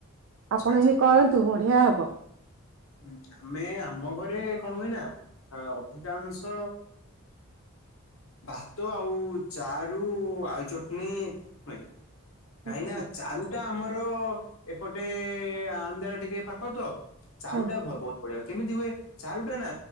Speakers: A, on the right; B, on the left.
A: ଆପଣ
B: ଆଚ୍ଛା।
A: ଏଇତି କରନ୍ତୁ ବଢିଆ ହବ।
B: ହୁଁ ଆମେ ଆମ ଘରେ କଂ ହୁଏ ନା? ଆ ଅଧିକାଂଶ ଭାତ ଆଉ ଚାରୁ ଆଳୁ ଚଟଣି ମାଗେ। ନାଇଁ
A: ଆଚ୍ଛା
B: ନା ଚାରୁ ଟା ଆମର ଏପଟେ ଆନ୍ଧ୍ର ଟିକେ ପାଖ ତ ଚାରୁ
A: ହଁ
B: ଟା ଭ ବହୁତ ବଢିଆ ହୁଏ କେମିତି ହୁଏ? ଚାରୁଟା ନା